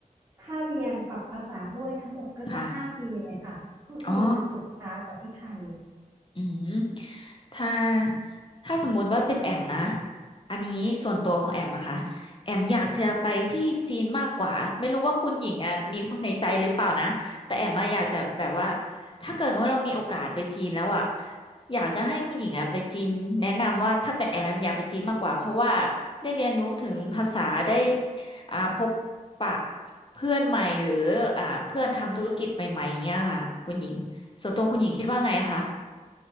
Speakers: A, on the right (about 20°); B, on the left (about 35°).
A: ถ้าเรียนปรับภาษาด้วยทั้งหมดก็จะห้าปีเลยค่ะก็คือจะจบช้ากว่าที่ไทย
B: ค่ะอ๋อ อืมถ้าถ้าสมมุติว่าเป็นแอมนะอันนี้ส่วนตัวของแอมนะคะแอมอยากจะไปที่จีนมากกว่าไม่รู้ว่าคุณหญิงอ่ะมีคนในใจหรือเปล่านะแต่แอมอะอยากจะแบบว่า
A: ค่ะ
B: ถ้าเกิดว่าเรามีโอกาสไปจีนแล้วอ่ะอยากจะให้คุณหญิงอ่ะไปจีนแนะนำว่าถ้าเป็นแอมแอมอยากไปจีนมากกว่าเพราะว่าได้เรียนรู้ถึงภาษาได้อ่าพบปะเพื่อนใหม่หรืออ่าเพื่อนทำธุรกิจใหม่ๆอย่างเงี้ยค่ะคุณหญิงส่วนตัวคุณหญิงคิดว่าไงอะคะ